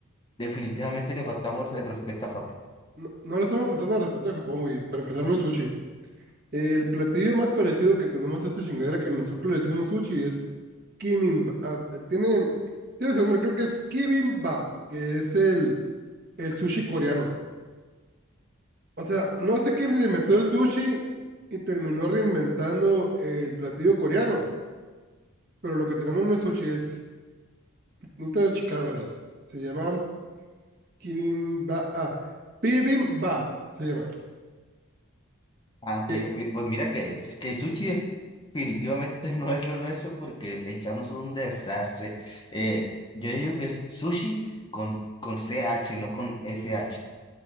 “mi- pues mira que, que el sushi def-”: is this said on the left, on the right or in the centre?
Left